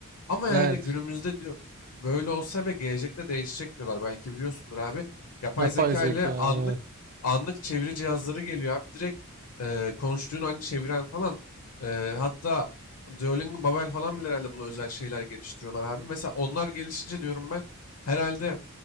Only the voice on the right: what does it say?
Evet.
Yapay
zeka.
Evet.